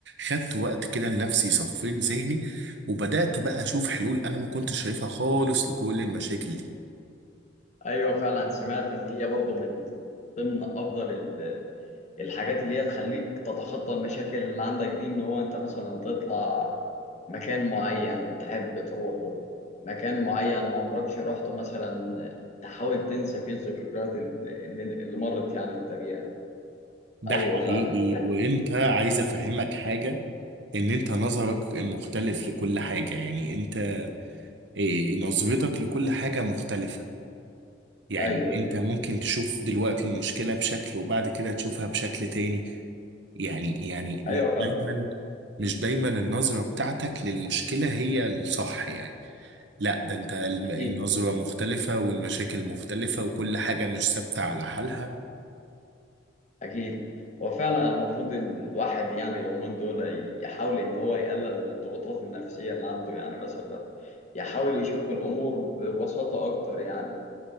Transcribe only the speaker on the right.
خدت وقت كده لنفسي صفيت ذهني وبدأت بقى أشوف حلول أنا ما كنتش شايفها خالص لكل المشاكل دي
ده
حقيقي
وأنت عايز أفهمك حاجة إن أنت نظرك مختلف لكل حاجة يعني أنت إيه، نظرتك لكل حاجة مختلفة يعني
أنت
ممكن تشوف دلوقتي المشكلة بشكل وبعد كده تشوفها بشكل تاني يعني يعني مش
دايما مش دايما النظرة بتاعتك للمشكلة هي الصح يعني لا ده انت الم-
النظرة مختلفة والمشاكل مختلفة وكل حاجة مش ثابتة على حالها